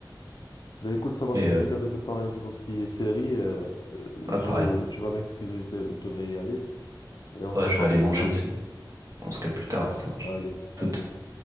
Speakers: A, on the left; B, on the right.
A: Mais écoute, ça m'a
B: mais
A: fait plaisir
B: euh,
A: de te parler sur tout ce qui est série. euh, euh,
B: ouais,
A: je,
B: pareil.
A: tu vas m'excuser, je, de- je devrais y aller. Et on
B: Ouais,
A: se reparle
B: je vais aller
A: plus
B: manger
A: tard.
B: aussi. On se capte plus tard, ouais, ça marche.
A: Allez,
B: Tout.
A: à toute.